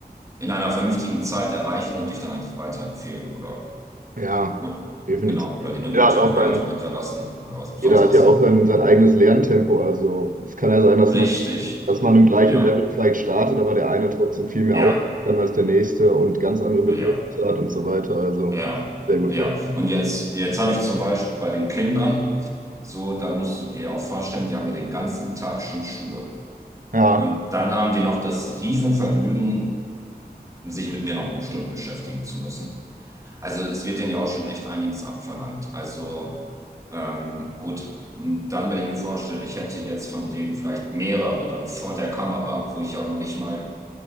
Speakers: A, on the right; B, on the right.
A: in einer vernünftigen Zeit erreichen und dich dann eigentlich weiterempfehlen oder,
B: Ja,
A: ne?
B: definitiv.
A: Genau, oder dir eine
B: Jeder
A: gute
B: hat auch
A: Bewertung
B: sein,
A: hinterlassen oder was, sonst
B: jeder hat
A: was.
B: ja auch sein, sein eigenes Lerntempo. Also es kann ja sein, dass
A: Richtig.
B: man, dass man im gleichen
A: Ja,
B: Level vielleicht startet, aber der eine trotzdem viel mehr
A: ja,
B: auf kann als der nächste und ganz andere Bedürfnisse
A: ja,
B: hat und so weiter. Also
A: ja,
B: sehr gut
A: ja.
B: vor.
A: Und jetzt, jetzt habe ich zum Beispiel bei den Kindern, so, da musst du dir auch vorstellen, die haben ja den ganzen Tag schon Schule.
B: Ja,
A: Und dann haben die noch das Riesenvergnügen, sich mit mir noch eine Stunde beschäftigen zu müssen. Also es wird denen ja auch schon echt einiges abverlangt. Also ähm, gut. Und dann, wenn ich mir vorstelle, ich hätte jetzt von denen vielleicht mehrere dann vor der Kamera, wo ich auch noch nicht mal